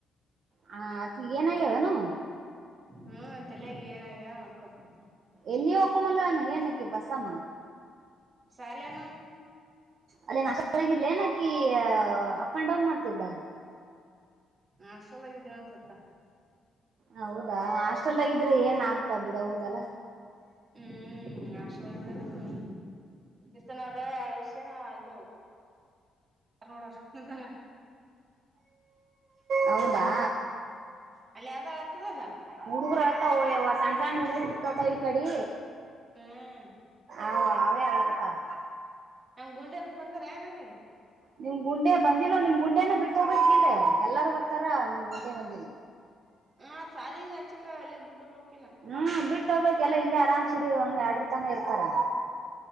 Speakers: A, on the right; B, on the right.
A: ಹ ಅಕಿಗ್ ಏನ್ ಆಗ್ಯಾದೆನಾ
B: ಹ್ಮ್ ತಲೆಗ ಏನಾಗ್ಯ ಕೊತ್ಕತ
A: ಎಲ್ಲಿ ಹೋಕ ಬಂದಾನ ಏನಕ್ಕೆಬಸ್ಸಮ್ಮ
B: ಶಾಲೆನ
A: ಅಲ್ಲೇನ್ ಹಾಸ್ಟೆಲ್ ಆಗಿದ್ಲೆನಕಿ ಅಪ್ ಅಂಡ್ ಡೌನ್ ಮಾಡ್ತಿದ್ಲಾ
B: ಹ ಹಾಸ್ಟೆಲ್ ಆಗಿದ್ಲು ಅನ್ಸುತ್ತಾ
A: ಹೌದಾ ಹಾಸ್ಟೆಲ್ದಾಗಿದ್ರೆ ಏನ್ ಆಗ್ತಾ ಬಿಡ ಹೌದಲ್ಲಾ
B: ಹ್ಮ್ ಹಾಸ್ಟೆಲ್ ಒಳಗ್ ಇದ್ಲಾನ ಇಷ್ಟ್ ದಿನ ಇದ್ದಾಳ ಎರಡು ವರ್ಷ ಆಗಿ ನೋಡ <unintelligible>
A: ಹೌದಾ
B: ಅಲ್ಲಿ ಯದಾಳತದೆ ಅಲ್ಲ
A: ಹುಡುಗರು ಅಳ್ತಾವ ಸಣ್ಣ ಸಣ್ಣ ಹುಡುಗುರು ಬಿಟ್ಟತೋವ್ ಈ ಕಡೆ
B: ಹ್ಮ್
A: ಅವ್ ಅಳವೆ ಅಳಕಾತ್ತವ
B: ನಮ್ ಗುಂಡೆನ್ನ ಬಂದಾರೆನ್ ಆ ಕಡೆ
A: ನಿಮ್ ಗುಂಡೆ ಬಂದಿಿಲ್ಲೋ ನಿಮ್ ಗುಂಡೇನ ಬಿಟ್ಟ ಹೋಗ್ಬೇಕ್ ಇಲ್ ಎಲ್ಲಾರೂ ಬರ್ತಾರ ನಿಮ್ ಗುಂಡೆ ಬಂದಿಲ್ಲ
B: ಹ ಶಾಲಿ ನಚ್ಚಿಲ್ಲ ಅಲ್ಲೇ ಬಿಟ್ಟ ಹೋಗಬೇಕು
A: ಹ್ಮ್ ಬಿಟ್ಟು ಹೋಗ್ಬೇಕಲ್ಲ ಇಲ್ಲೇ ಆರಾಮ್ ಸೀರಿ ಒಂದ್ ಎರಡ್ರ ತಾನ ಇರ್ತಾರೆ